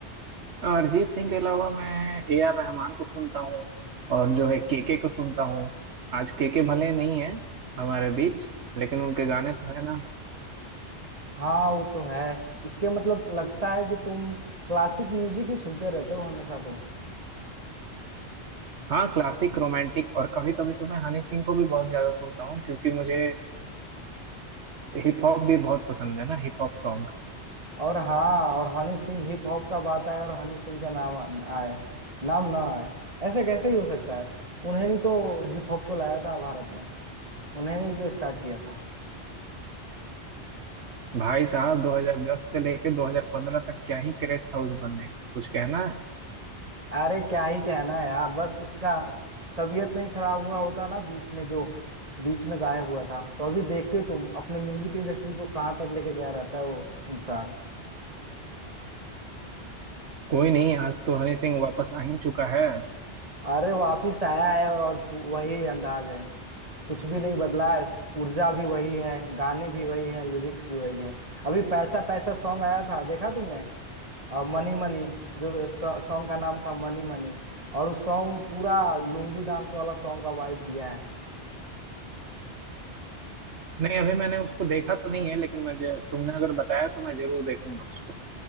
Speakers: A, on the right (about 75°); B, on the right (about 30°).
A: अरिजीत सिंह के अलावा मैं ए आर रहमान को सुनता हूँ और जो है के के को सुनता हूँ आज के के भले नहीं है हमारे बीच लेकिन उनके गाने तो है ना
B: हाँ वो तो है इसके मतलब लगता है कि तुम क्लासिक म्यूजिक ही सुनते रहते हो हमेशा तो
A: हाँ क्लासिक रोमांटिक और कभी कभी तो मैं हनी सिंह को भी बहुत ज्यादा सुनता हूँ क्योंकि मुझे हिप हॉप भी बहुत पसंद है ना हिप हॉप सॉन्ग
B: और हाँ और हनी सिंह हिप हॉप का बात आए और हनी सिंह का नाम आए नाम ना आए ऐसे कैसे ही हो सकता है उन्हें नहीं तो हिप हॉप को लाया था भारत में उन्हें नहीं तो स्टार्ट किया था
A: भाई साहब 2010 से लेके 2015 तक क्या ही क्रेज था उस बंदे का कुछ कहना है
B: अरे क्या ही कहना है यार बस उसका तबीयत नहीं खराब हुआ होता ना बीच में जो बीच में गायब हुआ था तो अभी देखते तुम अपने म्यूजिक इंडस्ट्री को कहाँ तक लेके गया रहता है वो इंसान
A: कोई नहीं आज तो हनी सिंह वापस आ ही चुका है
B: अरे वापिस आया है और, और पू- वही अंदाज है कुछ भी नहीं बदला है स- ऊर्जा भी वही है गाने भी वही है लिरिक्स भी वही हैं अभी पैसा पैसा सॉन्ग आया था देखा तुमने और मनी मनी जो सॉन्ग का नाम था मनी मनी और उस सॉन्ग पूरा लुंगी डांस वाला सॉन्ग का वाइब दिया है
A: नहीं अभी मैंने उसको देखा तो नहीं है लेकिन मैं ज- तुमने अगर बताया तो मैं जरूर देखूंगा उसको